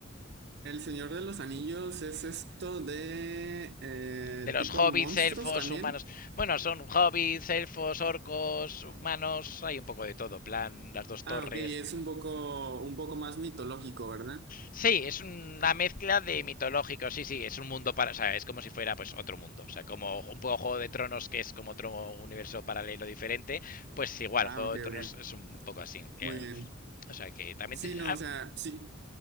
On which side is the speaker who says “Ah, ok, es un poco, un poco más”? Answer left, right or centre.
Right